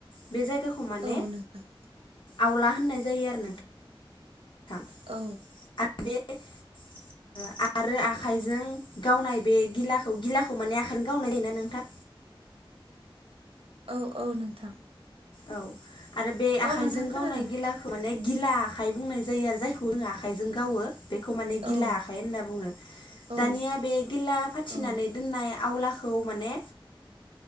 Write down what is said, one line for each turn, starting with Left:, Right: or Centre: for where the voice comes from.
Left: बे जायगाखौ माने
Right: औ नोंथां
Left: आवला होननाय जायो आरो नोंथां
Right: औ
Left: आरो बे <unintelligible> आरो आखाइजों गावनाय बे गिलाखौ गिलाखौ माने आखाइजों गावनाय जायोना नोंथां
Right: औ औ नोंथां
Left: औ आरो बे आखाइजों
Right: औ नोंथां खोनादों
Left: गावनाय गिलाखौ माने गिला आखाइ बुंनाय जायो आरो जायखौ जोङो आखाइजों गावो बेखौ माने गिला
Right: औ
Left: आखाइ होनना बुङो
Right: औ
Left: दानिया बे गिला फाथिनानै
Right: औ
Left: दोननाय आवलाखौ माने